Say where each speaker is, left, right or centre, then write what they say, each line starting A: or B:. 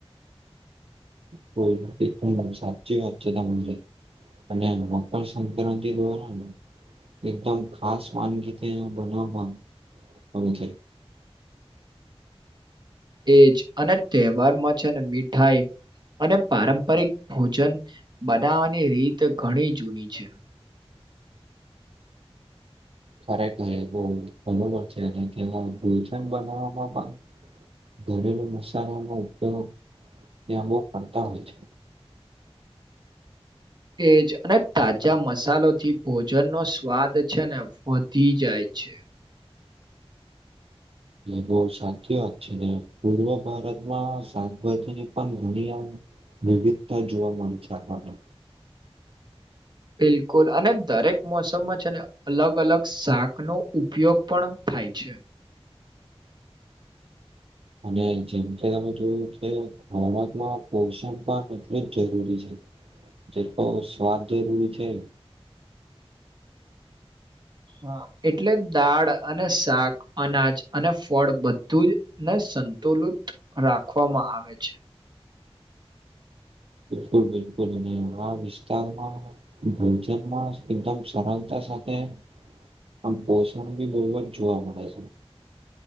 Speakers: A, on the right; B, on the right.
A: કોઈ એક પણ સાચી વાત છે તમા રી અને મકર સંક્રાંતિ દ્વારા એકદમ ખાસ માનગીતે બનાવવામાં આવી છે
B: એજ અને તહેવારમાંછે અને મીઠાઈ અને પારંપરિક ભોજન બનાવાની રીત ઘણી જૂની છે
A: ઘરે ઘરે બહુ બરોબર છે અને ત્યાં ભૂય છે ને બનાવવામાં પણ ઘરેલુ મસાલાનો ઉપયોગ ત્યા બહુ કરતા હોય છે
B: એજ અને તાજા મસાલો થી ભોજન નો સ્વાદ છે ને વધી જાય છે છે
A: એવો સાચી વાત છે ને પૂર્વ ભારતમાં શાકભાજીની પણ ઘણી આમ વિવિધતા જોવા મળે આપણે
B: બિલકુલ અને દરેક મોસમમાં છે ને અલગ અલગ શાક નો ઉપયોગ પણ થાય છે
A: અને જેમકે તમે જોયું કે ખોરાકમાં પોષણ પણ એટલું જ જરૂરી છે જે તો સ્વાદ જરૂરી છે
B: હ એટલે દાળ અને શાક અનાજ અને ફળ બધું જ ને સંતુલુત રાખવામાં આવે છે
A: બિલકુલ બિલકુલ અને આ વિસ્તારમાં ભોજનમાં એકદમ સરળતા સાથે આમ પોસણ બી બહુ જ જોવા મળે છે